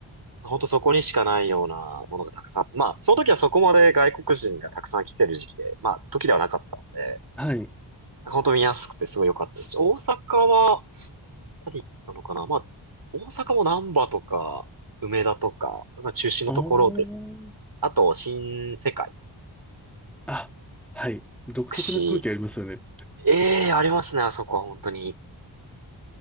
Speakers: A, on the right; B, in the centre.
A: 本当そこにしかないようなものがたくさんあって、まあ、その時はそこまで外国人がたくさん来てる時期で、まあ、時ではなかったので、
B: はい。
A: 本当見やすくてすごい良かったですし、大阪は、パリ行ったのかなまあ、大阪も難波とか、梅田とか、まあ、中心のところですね。
B: おー。
A: あと、新世界、
B: あ、はい。独特な空気ありますよね。
A: 串。ええーありますね、あそこは本当に。